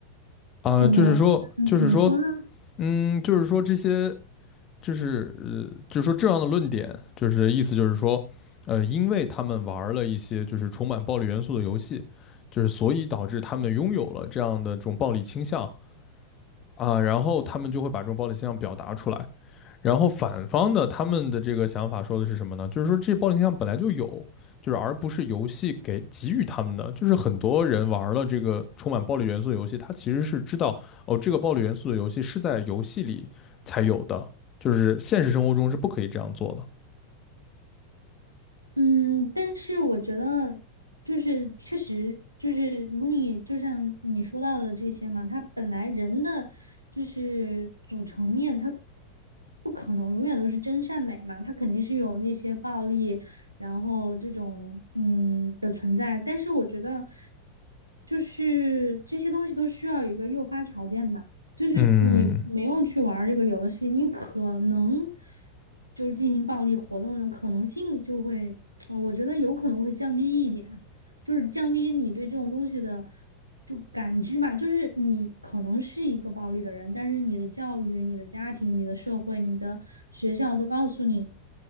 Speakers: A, on the left; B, on the right.
A: 啊，
B: 怎么嗯怎么说呢？
A: 就是说就是说嗯，就是说这些就是呃，就是说这样的论点，就是意思就是说，呃，因为他们玩儿了一些就是充满暴力元素的游戏，就是所以导致他们拥有了这样的这种暴力倾向。啊，然后他们就会把这种暴力倾向表达出来。然后反方的他们的这个想法说的是什么呢？就是说这暴力倾向本来就有，就是而不是游戏给给予他们的。就是很多人玩了这个充满暴力元素的游戏，他其实是知道哦，这个暴力元素的游戏是在游戏里才有的，就是现实生活中是不可以这样做的。
B: 嗯，但是我觉得就是确实就是如你就像你说到的这些嘛，它本来人的就是组成面，它不可能永远都是真善美嘛，它肯定是有那些暴力，然后这种嗯的存在。但是我觉得就是这些东西都需要一个诱发条件吧。就是你没有去玩儿这个游戏，
A: 嗯
B: 你可能就是进行暴力活动的可能性就会，呃我觉得有可能会降低一点，就是降低你对这种东西的就感知吧。就是你可能是一个暴力的人，但是你的教育、你的家庭、你的社会、你的学校都告诉你